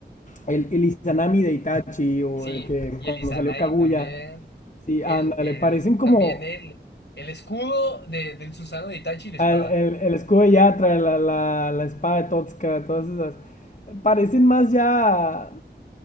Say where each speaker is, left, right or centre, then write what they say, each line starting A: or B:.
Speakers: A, on the left; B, on the left.
A: el, el Izanami de Itachi o
B: Sí,
A: de que
B: y
A: cuando
B: el Izanagi
A: salió Kaguya,
B: también.
A: sí,
B: El,
A: ándale,
B: el,
A: parecen como
B: también el, el escudo de, del Susano de Itachi y la espada.
A: al- el, el escudo de Yatra, la, la, la espada de Totska, todas esas. Parecen más ya